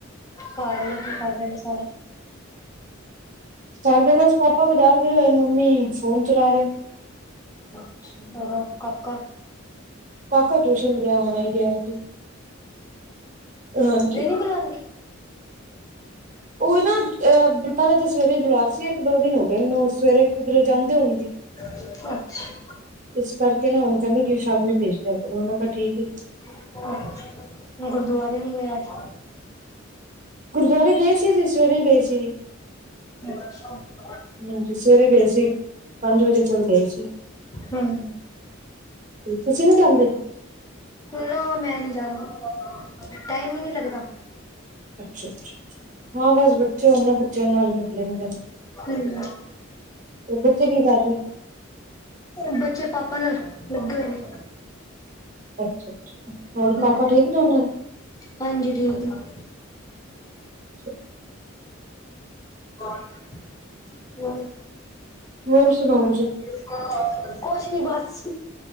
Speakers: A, on the left; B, on the right.
A: ਘਾਰ ਆਲੇ ਕੀ ਕਰ ਰਹੇ ਨੇ ਸਾਰੇ?
B: ਘਰ ਦੇ ਬਸ ਪਾਪਾ ਬਾਜ਼ਾਰ ਗਏ ਹੋਏ, ਮੰਮੀ ਫੋਨ ਚਲਾ ਰਹੇ।
A: ਅੱਛ, ਹੋਰ ਤੁਹਾਡਾ ਕਾਕਾ
B: ਕਾਕਾ ਟਿਊਸ਼ਨ ਗਿਆ ਹੁਣੇ ਗਿਆ ਸੀ, ਹਾਂਜੀ।
A: ਗਂਦੀ।
B: ਉਹ ਨਾ ਅਹ ਅ ਪਹਿਲਾਂ ਤਾਂ ਸਵੇਰੇ ਹੀ ਬੁਲਾਰ ਸੀ, ਇੱਕ-ਦੋ ਦਿਨ ਹੋ ਗਏ ਮਨੂੰ ਸਵੇਰੇ ਕਿਧਰੇ ਜਾਂਦੇ ਹੋਣਗੇ। ਹ।
A: ਅਛਾੱ।
B: ਇਸ ਕਰਕੇ ਨਾ ਹੁਣ ਕਹਿੰਦੇ ਕਿ ਸ਼ਾਮੀ ਭੇਜ ਦਿਆ ਕਰੋ ਉਹ ਮੈ ਕਿਹਾ ਠੀਕ ਹੈ।
A: ਅੱਛਾ, ਗੁਰਦੁਆਰੇ ਨੀ ਗਏ ਅੱਜ।
B: ਗੁਰਦੁਆਰੇ ਗਏ ਸੀ, ਅਸੀ ਸਵੇਰੇ ਹੀ ਗਏ ਸੀ।
A: ਦਰਸ਼ ਅੱਛਾ।
B: ਹਾਂਜੀ, ਸਵੇਰੇ ਗਏ ਸੀ ਪੰਜ ਵਜੇ ਕੋਲ ਗਏ ਸੀ।
A: ਹੂੰ।
B: ਤੁਸੀਂ ਨੀ ਜਾਂਦੇ।
A: ਨਾ ਮੈਂ ਨੀ ਜਾੰਦੀ, ਟਾਈਮ ਹੀ ਨਹੀ ਲੱਗਦਾ।
B: ਅੱਛਾ-ਅੱਛਾ, ਅ ਹਾਂ ਬਸ ਬੱਚੇ ਉਹਣ ਬੱਚਿਆਂ ਨਾਲ ਨਿਕਲੇ ਨੀ ਜਾਂਦਾ।
A: ਹੂੰ।
B: ਬੱਚੇ ਕੀ ਕਰ ਰਹੇ
A: ਹੁਣ ਬੱਚੇ ਪਾਪਾ ਨਾਲ ਲੱਗੇ ਹੋਏ ਨੇ।
B: ਅੱਛਾ-ਅੱਛਾ, ਹੋਰ
A: ਹੂੰ
B: ਪਾਪਾ ਠੀਕ ਨੇ ਉਹਨਾਂ ਦੇ।
A: ਹਾਂਜੀ, ਠੀਕ ਨੇ।
B: ਅੱਛਾ।
A: ਕੋਣ? ਕੋਣ?
B: ਹੋਰ ਸੁਣਾਉ ਜੀ।
A: ਹ। <unintelligible> ਕੁਛ ਨੀ ਬਸ,